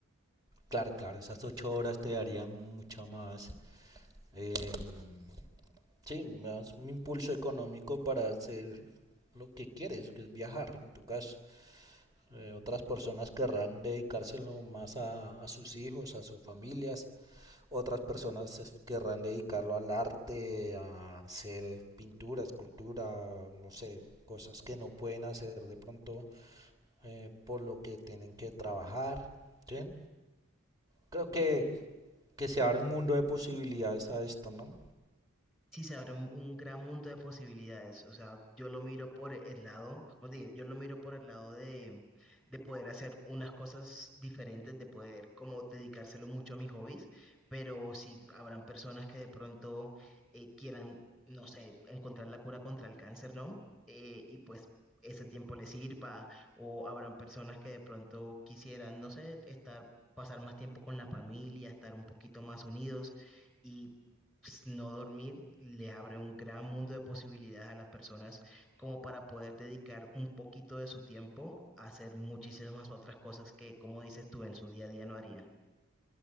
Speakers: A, on the right; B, in the centre.
A: Claro, claro, esas ocho horas te darían mucha más, em, sí, más un impulso económico para hacer lo que quieres, que es viajar, en tu caso. Eh, otras personas querrán dedicárselo más a, a sus hijos, a sus familias, Otras personas se querrán dedicarlo al arte, a hacer pintura, escultura, no sé, cosas que no pueden hacer de pronto eh, por lo que tienen que trabajar. ¿sí? Creo que, que se abre un mundo de posibilidades a esto, ¿no?
B: Sí, se abre un, un gran mundo de posibilidades. O sea, yo lo miro por el lado, como te dije, yo lo miro por el lado de, de poder hacer unas cosas diferentes, de poder como dedicárselo mucho a mis hobbies, pero si habrán personas que de pronto eh, quieran, no sé, encontrar la cura contra el cáncer, ¿no? Eh, y pues ese tiempo les sirva, o habrán personas que de pronto quisieran, no sé, estar, pasar más tiempo con la familia, estar un poquito más unidos. y pues, No dormir le abre un gran mundo de posibilidades a las personas como para poder dedicar un poquito de su tiempo a hacer muchísimas otras cosas que, como dices tú, en su día a día no harían.